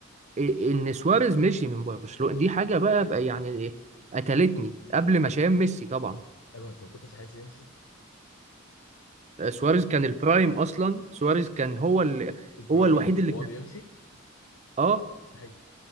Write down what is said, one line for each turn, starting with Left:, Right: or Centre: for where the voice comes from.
Right: إيه- ان سواريز مشي من برشلونة دي حاجة بقى بقى يعني إيه، قتلتني قبل ما شايف ميسي طبعا
Left: ايوه انت ما كنتش عايزه يمشي
Right: آه، سواريز كان البرايم اصلا سواريز كان هو اللي
Left: البرايم
Right: هو الوحيد اللي
Left: وهو
Right: كان
Left: بيمشي
Right: اه
Left: مستحيل